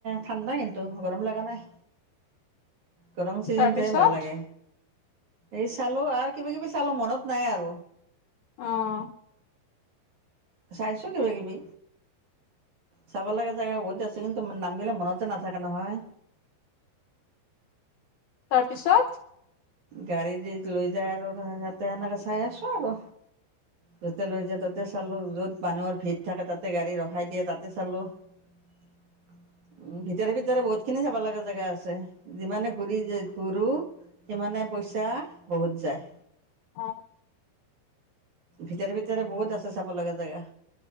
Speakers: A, on the right (about 55°); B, on the left (about 75°).
A: ঠাণ্ডা কিন্তু গৰম লগা নাই। গৰম চিজনতেহে
B: তাৰপিছত
A: ভাল লাগে। এই চালো আৰু কিবা কিবি চালো মনত নাই আৰু।
B: অহ।
A: চাইছো কিবা কিবি, চাব লগা জেগা বহুতে আছে কিন্তু নাম বিলাক মনতে নাথাকে নহয়।
B: তাৰপিছত।
A: গাড়ী দি লৈ যায় আৰু, তাতে সেনেকে চাই আছো আৰু। য'তে লৈ যায়, ত'তে চালো। য'ত মানুহৰ ভিৰ থাকে, তাতে গাড়ী ৰখাই দিয়ে, তাতে চালো। উম, ভিতৰে ভিতৰে বহুত খিনি চাব লগা জেগা আছে, যিমানেই ঘূৰি ঘূৰো সিমানেই পইচা বহুত যায়।
B: অ।
A: ভিতৰে ভিতৰে বহুত আছে চাব লগা জেগা।